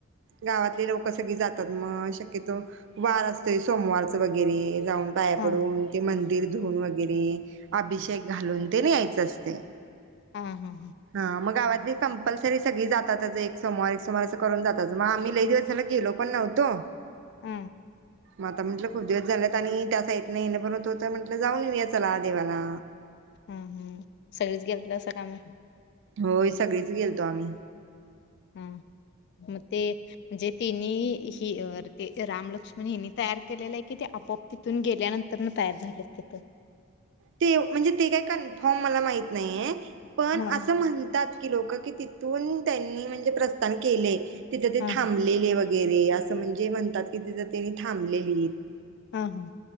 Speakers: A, on the right; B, on the left.
A: गावातले लोक सगळी जातात मग शक्यतो वार असतो सोमवारच वगैरे जाऊन पाया
B: हा
A: पडून
B: हा
A: ते मंदिर धुऊन वगै की नही, अभिषेक घालून तिनं यायचं असते.
B: आ हा ह
A: हा मग गावात अरे कंपल्सरी सगळी जातातच. एक सोमवार, एक सोमवार अस करून जातात. मग आम्ही लय दिवस झाला गेलो पण नव्हतो
B: आ
A: म आता म्हटलं खूप दिवस झालेत, आणि त्या साइट नी येणं पण होत होत म्हटलं, जाऊन येऊया चला. देवाला
B: हुं हुं सगळीच गेल तर सग काय माहित नाही.
A: होय, सगळीच गेलतो आम्ही.
B: हुं म ते म्हजे तिनी, हि ते रामलक्ष्मण ह्यांनी तयार केलेलं आहे, कि ते आपोआप तिथून गेल्यानंतर ना तयार झाले तिथं?
A: ते म्हणजे ते काय कनफॉम मला माहीत नाहीए. पण
B: हा
A: असं म्हणतात. की लोक की तिथून त्यांनी म्हणजे प्रस्थान केले. तिथं ते
B: हा हा
A: थांबलेले व वगैरे असं म्हणजे म्हणतात कि तिथ त्यांनी थांबलेलीत.
B: हा हा